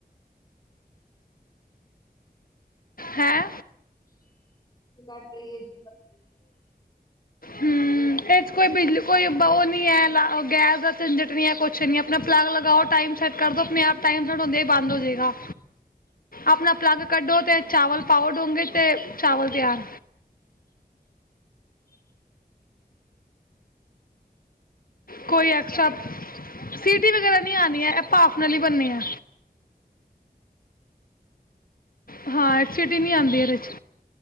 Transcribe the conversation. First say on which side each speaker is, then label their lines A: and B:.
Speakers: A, on the left; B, on the left.
A: ਹੈਂ
B: <unintelligible>
A: ਹੂੰ ਇਹ 'ਚ ਕੋਈ ਬਿਜਲੀ ਕੋਈ ਉਹ ਨਹੀਂ ਹੈ ਲਾ ਗੈਸ ਦਾ ਝੰਜਟ ਨਹੀਂ ਹੈ ਕੁਛ ਨਹੀਂ ਆਪਣਾ ਪਲੱਗ ਲਗਾਓ ਟਾਈਮ ਸੈੱਟ ਕਰ ਦਿਉ ਆਪਣੇ ਆਪ ਟਾਈਮ ਥਡਾਉਂਦੇ ਹੀ ਬੰਦ ਹੋ ਜਾਵੇਗਾ ਆਪਣਾ ਪਲੱਗ ਕੱਢੋ ਅਤੇ ਚਾਵਲ ਪਾਓ ਡੂੰਗੇ ਅਤੇ ਚਾਵਲ ਤਿਆਰ। ਕੋਈ
B: ਆਈ ਇਹਦੇ
A: ਐਕਸਟਰਾ ਸਿਟੀ ਵਗੈਰਾ ਨਹੀਂ ਆਣੀ ਹੈ ਇਹ ਭਾਫ ਨਾਲੀ ਬਣਨੀ ਹੈ। ਹਾਂ ਐ ਸੀਟੀ ਨਹੀਂ ਆਦੀ ਇਹਦੇ 'ਚ